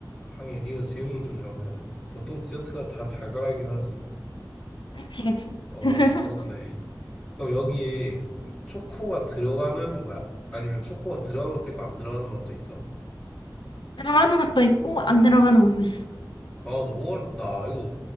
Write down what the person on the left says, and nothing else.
그치, 그치.
<laughs>
들어가는 것도 있고 안 들어가는 것도 있어.